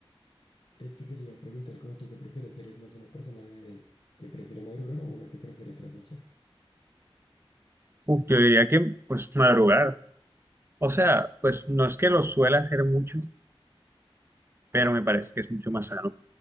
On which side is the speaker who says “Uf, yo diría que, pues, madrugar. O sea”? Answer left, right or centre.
Right